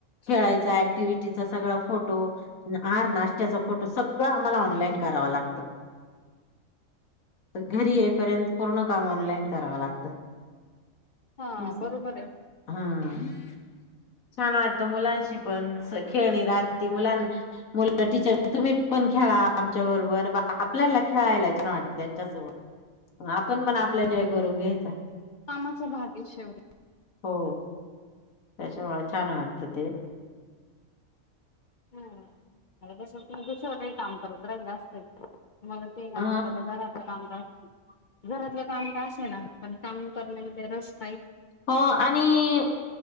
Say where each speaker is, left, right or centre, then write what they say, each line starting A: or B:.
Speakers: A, on the left (about 80°); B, on the left (about 50°).
A: खेळायचा ऍक्टिव, शे सग फोटो आहार, नाशत्याचा फोटो सगळं आम्हाला ऑनलाईन कराव लागतं. तर घरी येईपर्यंत पूर्ण काम ऑनलाईन कराव लागतं.
B: हा
A: अस
B: बरोबर आहे
A: हम् छान वाटत मुलांशी पण खेळणी राती मुलां मु टीचर तुम्ही पण खेळा आमच्या बरोबर, वा आपल्याला खेळायला छान वाटत. त्याच्यासोबत आपण पण आपलं एन्जॉय करून घेयच
B: कामाचा भाग आहे. शेवट
A: हो त्याच्या व छान वाटत ते,
B: हम, तस दुसरं काही काम करत राहि जास्तच मला, ते
A: अ
B: आवडतं घराचं कामकाज 'घरातलं काम का असे' ना पण काम करण्यामध्ये रस्ते,
A: हो आणि